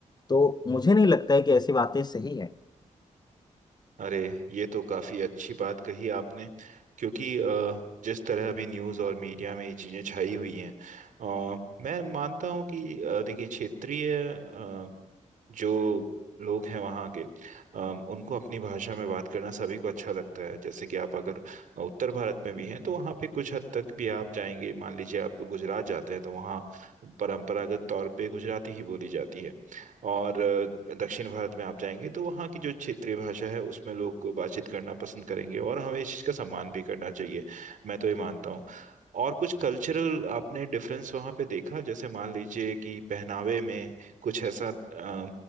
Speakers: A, on the left; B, on the right.
A: तो मुझे नहीं लगता है कि ऐसी बातें सही हैं
B: अरे ये तो काफी अच्छी बात कही आपने क्योंकि अ, जिस तरह अभी न्यूज़ और मीडिया में ये चीजें छाई हुई हैं अ, मैं मानता हूँ कि अ, देखिए क्षेत्रीय अ, जो लोग हैं वहाँ के अम, उनको अपनी भाषा में बात करना सभी को अच्छा लगता है जैसे कि आप अगर उत्तर भारत में भी हैं तो वहाँ पे कुछ हद तक भी आप जाएंगे मान लीजिए आप गुजरात जाते हैं तो वहाँ परंपरागत तौर पे गुजराती ही बोली जाती है और अ, दक्षिण भारत में आप जाएंगे तो वहाँ की जो क्षेत्रीय भाषा है उसमें लोग बातचीत करना पसंद करेंगे और हमें इस चीज़ का सम्मान भी करना चाहिए मैं तो ये मानता हूँ और कुछ कल्चरल आपने डिफरेंस वहाँ पे देखा जैसे मान लीजिए कि पहनावे में कुछ ऐसा अ,